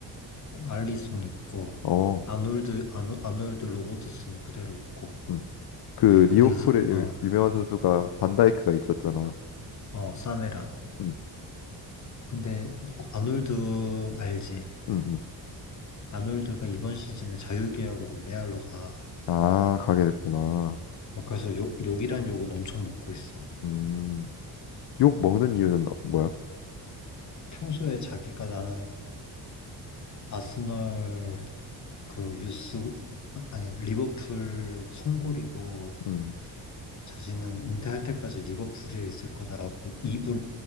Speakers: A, on the left; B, on the left.
A: 알리송 있고
B: 어,
A: 아놀드 아노, 아놀드 로버트슨 그대로 있고
B: 음, 그
A: 근데
B: 리버풀의
A: 이제
B: 유-
A: 그,
B: 유명한 선수가 반다이크가 있었잖아.
A: 어어 사메란
B: 음,
A: 근데 어, 아놀드 알지?
B: 음, 음.
A: 아놀드가 이번 시즌에 자유계약으로 레알로 가.
B: 아, 가게 됐구나.
A: 어, 그래서 욕, 욕이란 욕은 엄청 먹고 있어.
B: 음, 욕 먹는 이유는 어- 뭐야?
A: 평소에 자기가 나는 아스널 그 유스 아, 아니 리버풀 송골이고
B: 음,
A: 자신은 은퇴할 때까지 리버풀에 있을 거다라고 입을